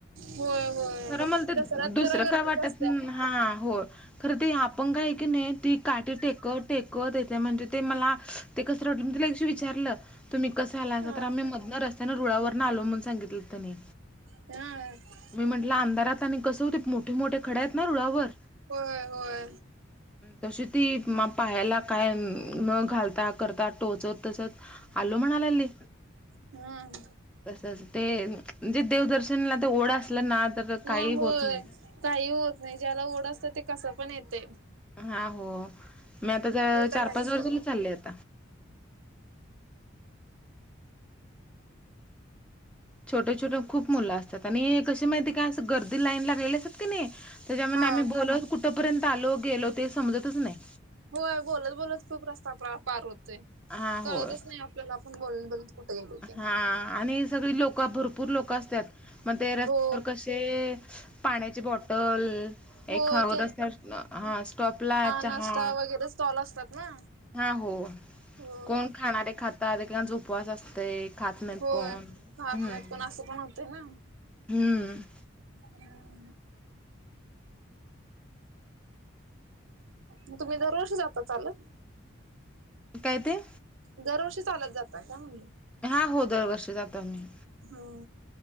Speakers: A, on the right; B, in the centre.
A: होय होय
B: खरं म्हण तर
A: दसऱ्यात
B: दुसरं
A: जरा
B: काय
A: गर्दीच
B: वाटत
A: असत्या.
B: हा हो खरं ती आपण काय की नाही ती काठी टेकत टेकतथे म्हणजे ते मला ते कसं वाट त्याला दिवशी विचारलं तुम्ही कस आला असा
A: हा
B: तर आम्ही मधन त्यांना रुळावर न आलो म्हणून सांगितलं त्यांनी
A: हा
B: मी म्हंटलं अंधारात आणि कसं होते मोठे मोठे खड्या आहेत ना रुळावर
A: होय होय
B: तशी ती मग पाहायला काय? न घालता करता टोचत टोचत आलो म्हणाली.
A: हा
B: तस ते म्हणजे देवदर्शनला ते ओढ असलं ना तर
A: हा
B: काही
A: होय
B: होत नाही.
A: काही होत नाही ज्याला ओढ असत ते कसं पण येतय.
B: हा हो मी आता चार
A: तर आहेच
B: पाच वर्ष
A: सोडा
B: झाले चाललेत. छोटे छोटे खूप मुलं असतात आणि कशी माहिती काय असं गर्दी लाईन लागलेली असतात की नाही. त्याच्यामुळे
A: हा
B: आम्ही बोलत कुठपर्यंत आलो गेलो ते समजतच नाही.
A: होय बोलत बोलत खूप रस्ता आपल्याला पार होतोय
B: हा
A: कळतच
B: होय.
A: नाही आपल्याला आपण बोलत बोलत. कुठे गेलो ते
B: हा आणि सगळी लोक भरपूर लोक असतात मग ते रस्त्यावर
A: हो
B: कशे ते पाण्याची बॉटल
A: हो
B: एक
A: ते
B: रस् हा स्टॉपला चहा.
A: नाश्ता वगैरे स्टॉल असतात ना
B: हा हो
A: होय
B: कोण खाणारे खातात, उपवास असतय खात नाहीत
A: होय
B: कोण
A: खहत
B: हम्म
A: नाहीत कोण असं पण होतय ना
B: हम्म
A: हम्म मग तुम्ही दरवर्षी जाता चालत.
B: काय ते?
A: दरवर्षी चालत जातात काय म्हणलं?
B: हा हो दरवर्षी जातो आम्ही.
A: हो